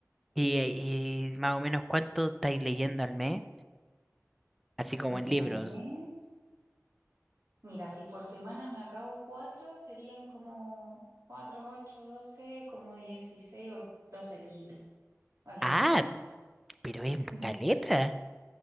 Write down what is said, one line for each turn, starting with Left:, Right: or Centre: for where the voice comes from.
Centre: y, y más o menos cuánto estáis leyendo al mes, así como
Right: Mira,
Centre: en libros.
Right: al mes, mira, si por semana me acabo cuatro, serían como cuatro, ocho, doce, como dieciséis o doce libros alrededor.
Centre: Ah, pero es
Right: <laughs>
Centre: caleta.